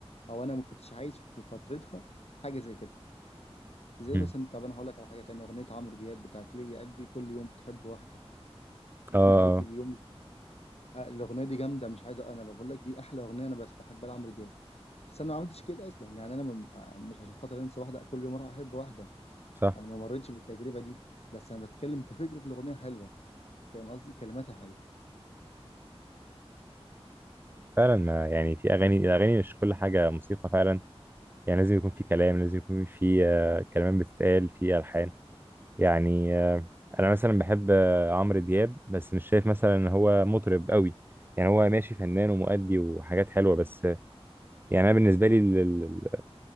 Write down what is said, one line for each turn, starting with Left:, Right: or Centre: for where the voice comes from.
Left: أو أنا ما كنتش عايش في فترتها حاجة زي كده زي
Right: امم
Left: مثلا طب أنا هقول لك على حاجة تانية أغنية عمرو دياب بتاعت ليه يا قلبي كل يوم بتحب واحدة وفي
Right: اه آه،
Left: نهاية اليوم آه، الأغنية دي جامدة مش عايز أنا بقول لك دي أحلى أغنية أنا بس بحبها لعمرو دياب بس أنا ما عملتش كده أصلا يعني أنا م- مش عشان خاطر أنسى واحدة كل يوم أروح أحب واحدة
Right: صح
Left: انا ما مريتش بالتجربه دي بس انا بتكلم كفكره الاغنيه حلوه فاهم قصدي كلماتها حلوه
Right: فعلا ما يعني في اغاني الاغاني مش كل حاجه موسيقى فعلا يعني لازم يكون في كلام لازم يكون في آه، كلمات بتتقال في ألحان يعني آه، أنا مثلا بحب آه، عمرو دياب بس مش شايف مثلا إن هو مطرب قوي يعني هو ماشي فنان ومؤدي وحاجات حلوة بس آه، يعني أنا بالنسبة لي ال- ال-